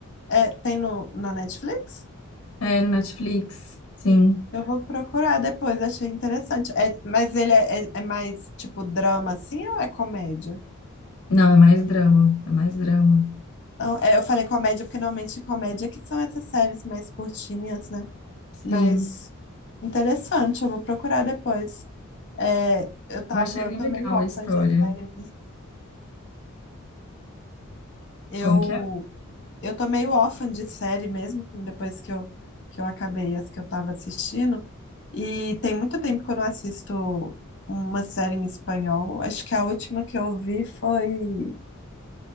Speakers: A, on the left; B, on the left.
A: É, tem no, na Netflix?
B: É, no Netflix, sim.
A: Eu vou procurar depois, achei interessante. É, mas ele é, é- é mais tipo drama assim ou é comédia?
B: Não, é mais drama, é mais drama.
A: Não, é, eu falei comédia porque normalmente comédia é que são essas séries mais curtinhas, né?
B: Sim,
A: Mas interessante, eu vou procurar depois. É, eu tava,
B: eu achei bem
A: tô
B: legal
A: meio órfã
B: a história.
A: de série mesmo. Eu,
B: Como que é?
A: eu tô meio órfã de série mesmo, depois que eu, que eu acabei as que eu tava assistindo. E tem muito tempo que eu não assisto uma série em espanhol. Acho que a última que eu vi foi.